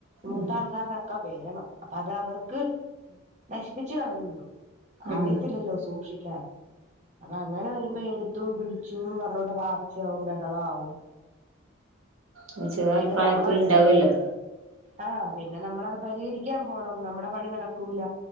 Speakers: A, on the right; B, on the right.
A: മൂത്താൾക്കാര്ടെ
B: ഉം
A: ക്കെ വേണം അപ്പതവർക്ക് നശിപ്പിച്ചു കളയൂല്ലോ?
B: ഉം
A: അറിയത്തില്ലല്ലോ സൂക്ഷിക്കാൻ അപ്പ അങ്ങനെ വരുമ്പോയെടുത്തു പിടിച്ചൂന്നും പറഞ്ഞോണ്ട് അതാർച്ചയാവും, ബഹളാവും
B: ഉം ചെലപ്രായത്തില്ണ്ടാവല്ലോ?
A: പിന്നെ നമ്മളത് പരി ആഹ് പിന്നെ നമ്മളത് പരിഹരിക്കാൻ പോണം നമ്മടെ പണി നടക്കൂല